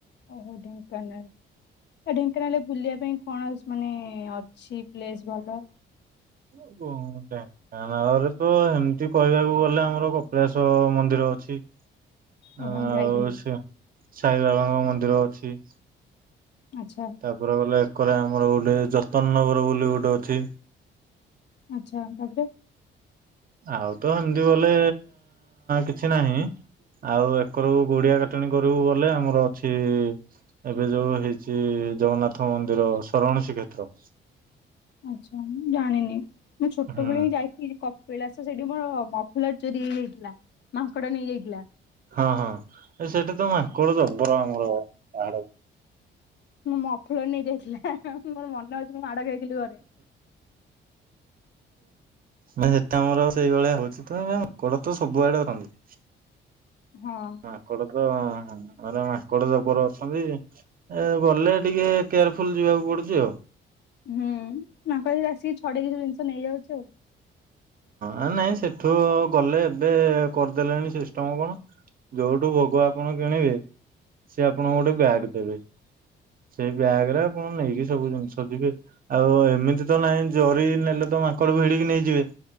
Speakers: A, on the left; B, on the right.
A: ଓହୋ ଢେଙ୍କାନାଳ ଓ ଢେଙ୍କାନାଳରେ ବୁଲିବା ପାଇଁ କଣ ମାନେ ଅଛି ପ୍ଲେସ୍ ଭଲ?
B: ଓ କଁ ଟା। ଢେଙ୍କାନାଳ ତ ଏମିତି କହିବାକୁ ଗଲେ ଆମର କପିଳାଶ ମନ୍ଦିର ଅଛି।
A: ଓହୋ
B: ଆଉ
A: ମୁଁ ଯାଇଥିଲି
B: ସେ ସାଇ ବାବାଙ୍କ ମନ୍ଦିର ଅଛି।
A: ଆଚ୍ଛା।
B: ତାପରେ ଗଲେ ଏକରେ ଆମର ଗୋଟେ ଯତ୍ନ ନଗର ବୋଲି ଗୋଟେ ଅଛି।
A: ଆଚ୍ଛା ତାପରେ?
B: ଆଉ ତ ହେମିତି ବଲେ କିଛି ନାହିଁ। ଆଉ ଏକରକୁ ଗୋଡିଆ କଟଣି କରିବୁ ଗଲେ ଆମର ଅଛି। ଏବେ ଯୋଉ ହେଇଛି ଜଗନ୍ନାଥ ମନ୍ଦିର ସରଣ ଶ୍ରୀ କ୍ଷେତ୍ର।
A: ଆଚ୍ଛା ମୁଁ ଜାଣିନି ମୁଁ ଛୋଟବେଳେ
B: ହୁଁ
A: ହିଁ ଯାଇ ଏଇ ଯ କପିଳାସ ସେଇଠି ମୋର ମଫଲର ଚୋରି ହେଇଯାଇଥିଲା ମାଙ୍କଡ଼ ନେଇଯାଇଥିଲା।
B: ହଁ ହଁ ଏ ସେଠି ତ ମାଙ୍କଡ ଜବର ଆମର ପାହାଡ
A: ମୋ ମଫଲର ନେଇ ଯାଇଥିଲା ମୋର ମନେ ଅଛି ମୁଁ ମାଡ ଖାଇଥିଲି ଘରେ।
B: ହୁଁ ସେଟା ଆମର ସେଇଭଳିଆ ହଉଛି ମାଙ୍କଡ ତ ସବୁଆଡେ ଅଛନ୍ତି।
A: ହଁ।
B: ମାଙ୍କଡ ତ ମାନେ ମାଙ୍କଡ ଜବର ଅଛନ୍ତି। ଏ ଗଲେ ଟିକେ କେୟାରଫୁଲ ଯିବାକୁ ପଡୁଛି ଆଉ।
A: ହୁଁ ମାଙ୍କଡ ଆସିକି ଛଡେଇ କିଛି ଜିନିଷ ନେଇଯାଉଛି ଆଉ।
B: ହଁ ନାଇଁ ସେଠୁ ଗଲେ ଏବେ କରିଦେଲେଣି ସିଷ୍ଟମ କଣ। ଯୋଉଠୁ ଭଗ ଆପଣ କିଣିବେ ସେ ଆପଣଙ୍କୁ ଗୋଟେ ବ୍ୟାଗ ଦେବେ। ସେଇ ବ୍ୟାଗ ରେ ଆପଣ ନେଇକି ସବୁ ଜିନିଷ ଯିବେ। ଆଉ ଏମିତି ତ ନହିଁ ଜରି ନେଲେ ତ ମାଙ୍କଡକୁ ଭିଡିକି ନେଇଯିବେ।